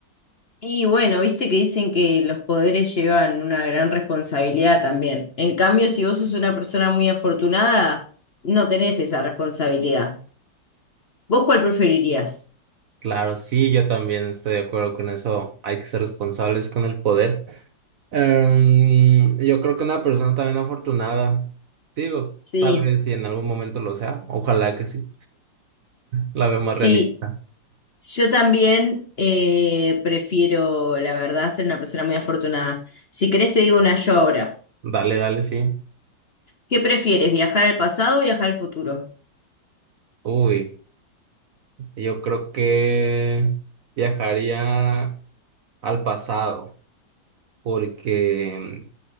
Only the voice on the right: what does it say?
Claro, sí, yo también estoy de acuerdo con eso. Hay que ser responsables con el poder. Em, yo creo que una persona también afortunada, digo,
tal vez si en algún momento lo sea, ojalá que sí, la veo más
realista.
Dale, dale, sí.
Uy, yo creo que viajaría al pasado, porque